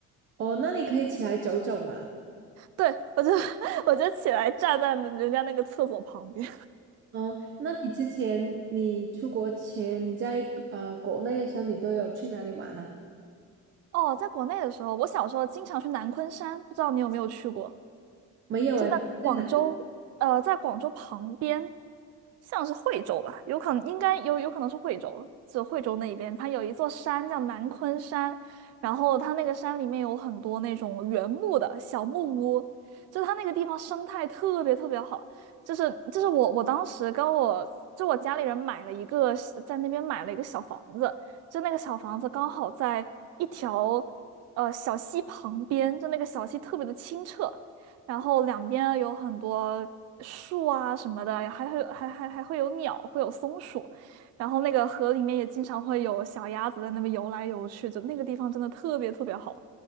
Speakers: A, on the right; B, on the right.
A: 哦，那你可以起来走走嘛。
B: 对，我就 <laughs> 我就起来站在人家那个厕所旁边。
A: 哦，那你之前你出国前你在呃国内的时候，你都有去哪里玩呢、
B: 哦，在国内的时候，我小时候经常去南昆山，不知道你有没有去过？
A: 没有哎，
B: 就在广州，
A: 他在哪？
B: 呃，在广州旁边，像是惠州吧，有可能应该有有可能是惠州了就惠州那一边，它有一座山叫南昆山，然后它那个山里面有很多那种原木的小木屋，就它那个地方生态特别特别好，就是就是我我当时跟我就我家里人买了一个在那边买了一个小房子，就那个小房子刚好在一条。呃，小溪旁边，就那个小溪特别的清澈，然后两边有很多树啊什么的，还会还还还会有鸟，会有松鼠，然后那个河里面也经常会有小鸭子在那边游来游去，就那个地方真的特别特别好。